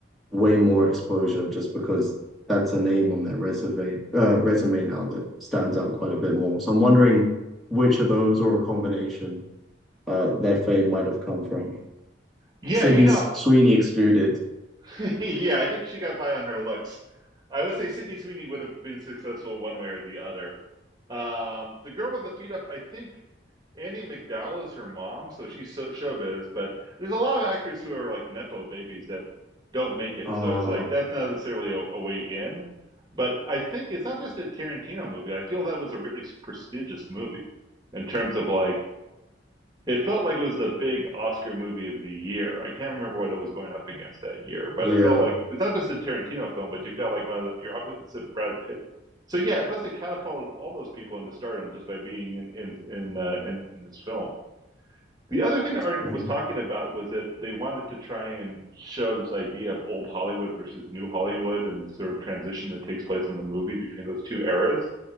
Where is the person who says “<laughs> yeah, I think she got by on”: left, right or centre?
Right